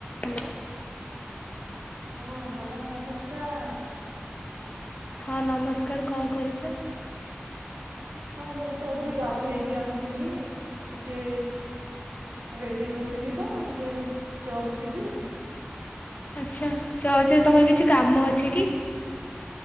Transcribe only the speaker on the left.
Hello.
ହଁ ନମସ୍କାର କଣ କରୁଛ?
ଆଚ୍ଛା ଚର୍ଚ୍ଚରେ ତମର କିଛି କାମ ଅଛି କି?